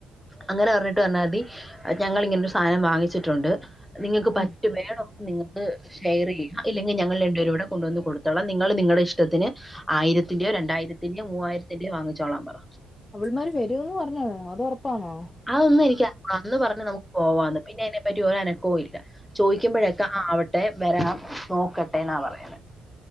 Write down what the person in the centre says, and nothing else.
അങ്ങനെ പറഞ്ഞിട്ട് പറഞ്ഞാൽ മതി ഞങ്ങിള്ളി ങ്ങനെരു സാധനം വാങ്ങിച്ചിട്ടുണ്ട് നിങ്ങക്ക് പറ്റും
വേണോ നിങ്ങ ഹ് ഷെയർ ചെയ്യാം ഇല്ലെങ്കിൽ ഞങ്ങൾ രണ്ട് പേരുടേ കൊണ്ടുവന്ന് കൊടുത്തോളാം നിങ്ങൾ നിങ്ങളുടെ ഇഷ്ടത്തിന് ആയിരത്തിന്റെയോ രണ്ടായിരത്തിന്റെയോ മുവായി രത്തിന്റെ യോ വാങ്ങിച്ചോളാം പറ
അതൊന്നും എനി അറി ഞ്ഞൂടാഅന്ന് പറഞ്ഞ് നമുക്ക് പോവാന്ന് പിന്ന അ തിനെപ്പറ്റി ഒര അനക്കവും ഇല്ല ചോദിക്കുമ്പോഴൊക്കെ ആവട്ടെ വരാൻ നോക്കട്ടെ എന്നാ പറയ